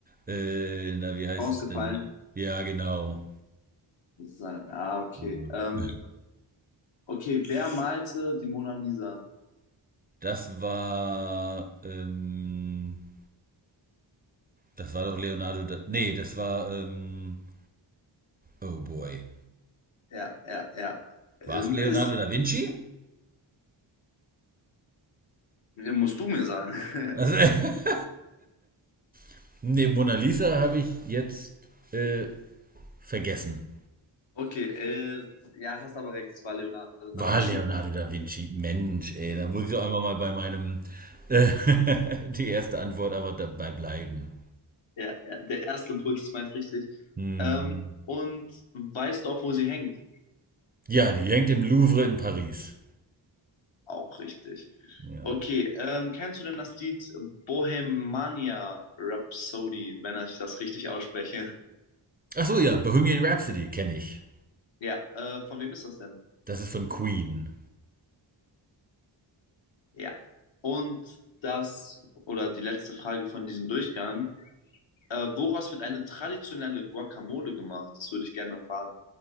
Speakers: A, on the right; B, on the left.
A: Äh, na, wie heißt
B: ausgefallen.
A: es denn? Ja, genau.
B: Sein. Ah, okay.
A: Ja.
B: Ähm, okay, wer malte die Mona Lisa?
A: Das war, ähm, das war doch Leonardo da, nee, das war, ähm, oh boy.
B: Ja, ja, ja. Ähm,
A: War es
B: Ist,
A: Leonardo da Vinci?
B: musst du mir sagen. <laughs>
A: Also, <laughs> nee, Mona Lisa habe ich jetzt äh, vergessen.
B: Okay, äh, ja, hast aber recht, es war Leonardo da
A: War
B: Vinci.
A: Leonardo da Vinci. Mensch, ey, da muss ich doch einfach mal bei meinem äh, <laughs> die erste Antwort einfach dabei bleiben.
B: Ja, ja, der erste Impuls ist meist richtig.
A: Hm.
B: Ähm, und weißt du auch, wo sie hängt?
A: Ja, die hängt im Louvre in Paris.
B: Auch richtig.
A: Ja.
B: Okay, ähm, kennst du denn das Lied Bohemania Rhapsody, wenn ich das richtig ausspreche?
A: Ach so, ja, Bohemian Rhapsody kenne ich.
B: Ja, äh, von wem ist das denn?
A: Das ist von Queen.
B: Ja. Und das, oder die letzte Frage von diesem Durchgang. Äh, woraus wird eine traditionelle Guacamole gemacht? Das würde ich gerne erfahren.